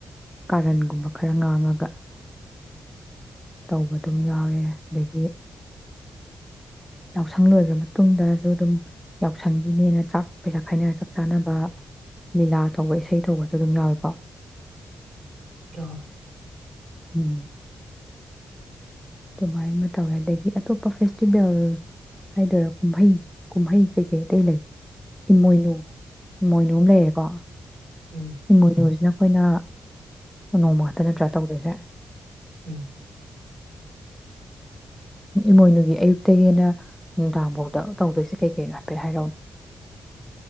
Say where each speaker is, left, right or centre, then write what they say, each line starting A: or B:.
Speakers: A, in the centre; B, on the right (about 65°).
A: ꯀꯥꯔꯟꯒꯨꯝꯕ ꯈꯔ ꯉꯥꯡꯉꯒ ꯇꯧꯕ ꯑꯗꯨꯝ ꯌꯥꯎꯔꯦ ꯑꯗꯒꯤ ꯌꯥꯎꯁꯪ ꯂꯣꯏꯈ꯭ꯔ ꯃꯇꯨꯡꯗꯁꯨ ꯑꯗꯨꯝ ꯌꯥꯎꯁꯪꯒꯤꯅꯦꯅ ꯆꯥꯛ ꯄꯩꯁꯥ ꯍꯥꯏꯅꯔ ꯆꯥꯛ ꯆꯥꯅꯕ ꯂꯤꯂꯥ ꯇꯧꯕ ꯏꯁꯩ ꯇꯧꯕꯁꯨ ꯑꯗꯨꯝ ꯌꯥꯎꯋꯤꯀꯣ
B: <inaudible>
A: ꯎꯝ ꯑꯗꯨꯃꯥꯏꯅ ꯑꯃ ꯇꯧꯔꯦ ꯑꯗꯒꯤ ꯑꯇꯣꯞꯄ ꯐꯦꯁꯇꯤꯚꯦꯜ ꯍꯥꯏꯗꯔꯦ ꯀꯨꯝꯍꯩ ꯀꯨꯝꯍꯩ ꯀꯩꯀꯩ ꯑꯇꯩ ꯂꯩ ꯏꯃꯣꯏꯅꯨ ꯏꯃꯣꯏꯅꯨ ꯑꯃ ꯂꯩꯔꯦꯀꯣ
B: ꯎꯝ
A: ꯑꯃꯣꯏꯅꯨ ꯖꯤꯅ ꯑꯩꯈꯣꯏꯅ ꯅꯣꯡꯃ ꯈꯛꯇ ꯅꯠꯇ꯭ꯔꯥ ꯇꯧꯗꯣꯏꯁꯦ
B: ꯎꯝ
A: ꯏꯃꯣꯏꯅꯨꯒꯤ ꯑꯌꯨꯛꯇꯒꯤꯅ ꯅꯨꯡꯗꯥꯡ ꯐꯥꯎꯗ ꯇꯧꯗꯣꯏꯁꯦ ꯀꯩ ꯀꯩꯅꯣ ꯍꯥꯏꯐꯦꯠ ꯍꯥꯏꯔꯛꯎꯅꯦ